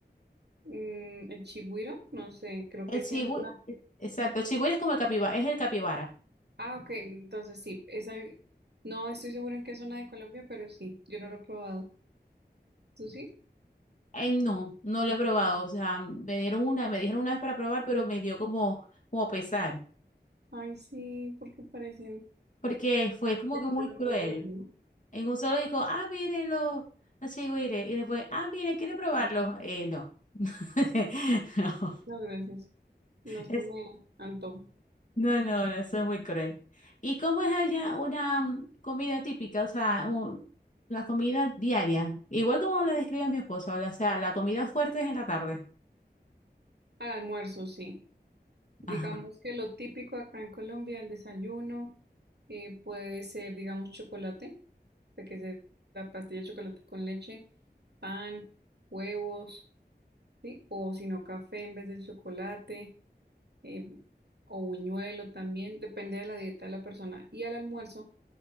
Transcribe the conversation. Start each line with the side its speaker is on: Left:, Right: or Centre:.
Right: mm, el chigüiro, no sé, creo
Left: El
Right: que
Left: chigüire,
Right: sí en alguna
Left: exacto, el chigüire es como el capibara, es el capibara.
Right: Ah, ok, entonces sí, esa, no estoy seguro en qué zona de Colombia, pero sí, yo no lo he probado. ¿Tú sí?
Left: Eh, no, no lo he probado. O sea, me dieron una, me dijeron una vez para probar, pero me dio como, como pesar.
Right: Ay, sí, porque parecen
Left: Porque fue como que muy
Right: de los
Left: cruel.
Right: roedores, ¿no?
Left: En un solo dijo, ah, mírenlo, así güire. Y después, ah, miren, ¿quieren probarlo? Eh, no. <laughs> No,
Right: No, gracias. No se
Left: es,
Right: me antoja.
Left: no, no, no, eso es muy cruel. ¿Y cómo es allá una mm, comida típica? O sea, un- la comida diaria. Igual como la describe mi esposa, o sea, la comida fuerte es en la tarde.
Right: Al almuerzo, sí. Digamos
Left: Ajá.
Right: que lo típico acá en Colombia, el desayuno, eh, puede ser, digamos, chocolate, o sea, que se la pastilla de chocolate con leche, pan, huevos, ¿sí? O si no, café en vez de chocolate. eh, o buñuelo también, depende de la dieta de la persona. Y al almuerzo,